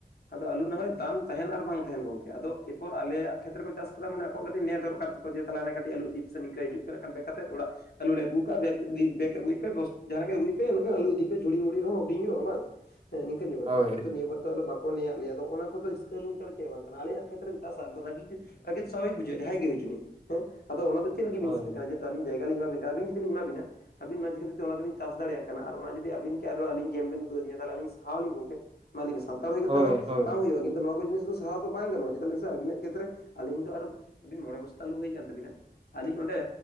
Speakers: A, on the left; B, on the right.
A: ᱟᱫᱚ ᱟᱞᱩ ᱱᱟᱦᱚᱭ ᱫᱟᱢ ᱛᱟᱦᱮᱱ, ᱟᱨ ᱵᱟᱝ ᱛᱟᱦᱮᱱ ᱜᱚᱝᱠᱮ, ᱟᱫᱚ ᱮᱯᱚᱨ ᱟᱞᱮᱭᱟᱜ ᱠᱷᱮᱛ ᱨᱮᱠᱚ ᱪᱟᱥ ᱠᱟᱫᱟ ᱢᱟᱱᱮ ᱟᱠᱚᱣᱟᱜ ᱠᱟᱹᱴᱤᱡ ᱱᱮ ᱫᱚᱨᱠᱟᱨ ᱛᱟᱠᱚ ᱡᱮ ᱛᱟᱦᱚᱞᱮ ᱟᱞᱮ ᱠᱟᱴᱤᱡ ᱟᱞᱩ ᱤᱫᱤ ᱯᱮᱥᱮ ᱱᱤᱝᱠᱟᱹ ᱦᱤᱡᱩᱜ ᱯᱮ ᱱᱟᱜᱼᱠᱷᱟᱱ ᱠᱮᱠ ᱟᱛᱮᱫ ᱚᱲᱟᱜ᱾ ᱟᱞᱩ ᱞᱮ ᱟᱹᱜᱩᱣ ᱠᱟᱜᱼᱟ ᱵᱮᱜ ᱤᱫᱤ ᱵᱮᱜ ᱟᱹᱜᱩᱭ ᱯᱮ ᱵᱚᱥ ᱡᱟᱦᱟᱱᱟᱜ ᱜᱮ ᱟᱹᱜᱩᱭ ᱯᱮ ᱮᱸᱰᱮ ᱠᱷᱟᱱ ᱟᱞᱩ ᱤᱫᱤ ᱯᱮ ᱡᱷᱩᱲᱤ ᱢᱩᱲᱤ ᱨᱮᱦᱚᱸ ᱦᱩᱰᱤᱧ ᱧᱚᱜ ᱵᱟᱝ᱾ ᱦᱳᱭ ᱱᱤᱝᱠᱟᱹᱱ ᱧᱚᱜ ᱠᱟᱛᱷᱟ,
B: ᱦᱳᱭ
A: ᱠᱤᱱᱛᱩ ᱱᱤᱭᱟᱹ ᱵᱟᱨ ᱫᱚ ᱟᱞᱮ ᱵᱟᱠ ᱠᱚ ᱱᱮᱭᱟᱜ ᱞᱮᱭᱟ, ᱟᱫᱚ ᱚᱱᱟ ᱠᱚᱫᱚ ᱦᱤᱥᱠᱟᱹ ᱦᱩᱱᱩᱝ ᱪᱷᱟᱲᱟ ᱪᱮᱫ ᱦᱚᱸ ᱵᱟᱝ ᱠᱟᱱᱟ, ᱟᱞᱮᱭᱟᱜ ᱠᱷᱮᱛᱨᱮᱢ ᱪᱟᱥᱟ ᱟᱫᱚ ᱨᱟᱜᱤ ᱜᱮ ᱨᱟᱜᱤ ᱫᱚ ᱥᱟᱵᱷᱟᱵᱤᱠ ᱵᱩᱡᱷᱟᱹᱜ ᱡᱟᱦᱟᱸᱭ ᱜᱮ ᱦᱩᱭᱪᱩᱱᱤᱡ, ᱦᱮᱸ ᱟᱫᱚ ᱚᱱᱟᱫᱚ ᱪᱮᱫ ᱞᱟᱹᱜᱤᱫ ᱵᱤᱱ
B: ᱦᱳᱭ
A: ᱦᱤᱥᱠᱟᱹᱜ ᱠᱟᱱᱟ ᱡᱮᱦᱩᱛᱩ ᱟᱞᱤᱧ ᱡᱟᱭᱜᱟ ᱞᱤᱧ ᱮᱢᱟᱵᱤᱱ ᱟᱹᱵᱤᱱ ᱡᱩᱫᱤ ᱞᱤᱧ ᱮᱢᱟ ᱵᱮᱱᱟ᱾ ᱟᱹᱵᱤᱱ ᱚᱱᱟ ᱪᱤᱜ ᱠᱷᱟᱹᱛᱤᱨ ᱛᱮ ᱚᱱᱟ ᱫᱚᱵᱤᱱ ᱪᱟᱥ ᱫᱟᱲᱮᱭᱟᱜ ᱠᱟᱱᱟ ᱟᱨ ᱡᱩᱫᱤ ᱟᱵᱤᱱ ᱠᱮ ᱟᱨᱚ ᱟᱞᱤᱧ ᱜᱷᱮᱢᱵᱤᱱ ᱩᱫᱩᱜ ᱟᱫᱤᱧᱟ, ᱛᱟᱦᱚᱞᱮ ᱟᱞᱤᱧ ᱥᱟᱣ ᱞᱤᱧ ᱜᱚᱝᱠᱮ? ᱢᱟᱹ ᱞᱟᱹᱭᱵᱮ ᱥᱟᱱᱛᱟᱲ ᱦᱩᱭ ᱠᱟᱛᱮ
B: ᱦᱳᱭ
A: ᱦᱚᱸ
B: ᱦᱳᱭ
A: ᱵᱟᱝ ᱦᱩᱭᱩᱜᱼᱟ ᱠᱤᱱᱛᱩ ᱱᱚ ᱠᱚ ᱡᱤᱱᱤᱥ ᱫᱚ ᱥᱟᱦᱟᱣ ᱫᱚ ᱵᱟᱝ ᱜᱟᱱᱚᱜᱼᱟ, ᱪᱮᱫᱟᱜ ᱞᱟᱹᱭ ᱢᱮᱥᱮ ᱟᱵᱤᱱᱟᱜ ᱠᱷᱮᱛ ᱨᱮ ᱟᱞᱤᱧ ᱫᱚ ᱟᱨ ᱟᱵᱤᱱ ᱢᱚᱲᱮ ᱵᱚᱥ ᱛᱟ ᱟᱞᱩ ᱦᱩᱭᱠᱟᱱ ᱛᱟᱵᱤ ᱱᱟ, ᱟᱹᱞᱤᱧ ᱚᱸᱰᱮ